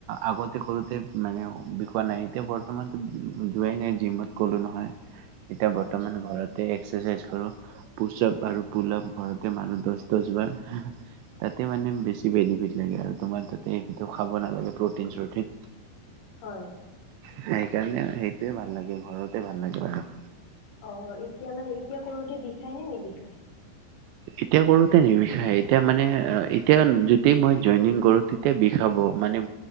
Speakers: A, on the right (about 80°); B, on the left (about 60°).
A: আগতে কৰোঁতে মানে বিষোৱা নাই এতিয়া বৰ্তমানতো যোৱাই নাই জিমত ক'লোঁ নহয়। এতিয়া
B: আচ্ছা
A: বৰ্তমান ঘৰতে। এক্সাৰচাইজ কৰো পুচপ আৰু পোলপ ঘৰতে মানুহ দহ দহ বাৰ। তাতে মানে বেছি বেনিফিট লাগে আৰু তোমাৰ তাতেইটো খাব নালাগে প্ৰটিন চিন।
B: হয়।
A: সেইকাৰণে সেইটোৱে ভাল লাগে ঘৰতে ভাল লাগে আৰু।
B: অ এতিয়া মানে এতিয়া কৰোতে বিষাই নে নি বিষাই।
A: এতিয়া কৰোতে নিবিষায় এতিয়া মানে এতিয়া যতি মই জইনিং কৰো তেতিয়া বিষাব মানে,